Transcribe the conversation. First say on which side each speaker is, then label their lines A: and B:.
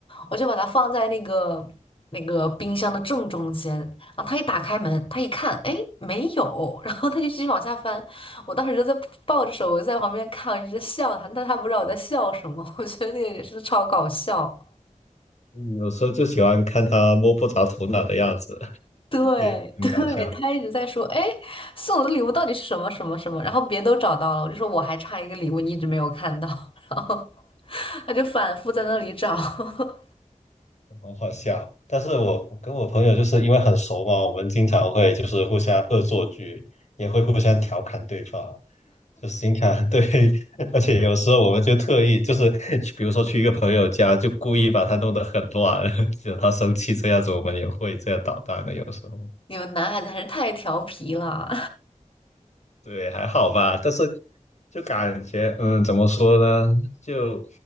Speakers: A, on the left; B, on the left.
A: 我就把它放在那个那个冰箱的正中间，然后他一打开门，他一看，哎，没有，然后他就继续往下翻。我当时就在抱着手，我就在旁边看，一直在笑他，但他不知道我在笑什么，我觉得那个也是超搞笑。
B: 嗯，有时候就喜欢看他摸不着头脑的样子，<laughs>
A: 对对，
B: 对，很搞笑，
A: 他一直在说，哎，送我的礼物到底是什么什么什么，然后别人都找到了，我就说我还差一个礼物，你一直没有看到，然后他就反复在那里找。<laughs>
B: 很好笑。但是我我跟我朋友就是因为很熟嘛，我们经常会就是互相恶作剧，也会互相调侃对方。就是新卡，对，<laughs> 而且有时候我们就特意就是，比如说去一个朋友家，就故意把他弄得很乱，<laughs> 惹他生气这样子，我们也会这样捣蛋的。有时候，
A: 你们男孩子还是太调皮了，
B: 对，还好吧，但是就感觉，嗯，怎么说呢？就